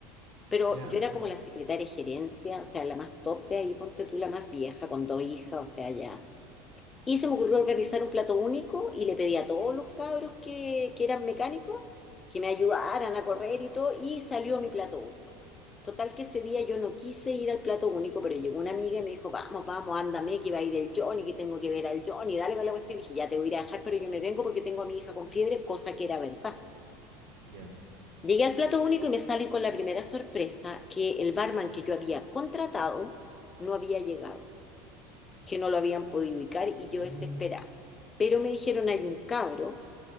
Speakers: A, on the left; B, on the right.
A: Pero
B: Ya,
A: yo era como la secretaria de gerencia, o sea, la más top de ahí, ponte tú la más vieja, con dos hijas, o sea, ya. Y se me ocurrió organizar un plato único y le pedí a todos los cabros que, que eran mecánicos que me ayudaran a correr y todo, y salió mi plato único. Total que ese día yo no quise ir al plato único, pero llegó una amiga y me dijo, vamos, vamos, ándame, que va a ir el Johnny, que tengo que ver al Johnny, dale con la cuestión. Y dije, ya te voy a ir a dejar, pero yo me vengo porque tengo a mi hija con fiebre, cosa que era verdad.
B: ya.
A: Llegué al plato único y me salen con la primera sorpresa que el barman que yo había contratado no había llegado que no lo habían podido ubicar y
B: Mm,
A: yo desesperada. Pero me dijeron, hay un cabro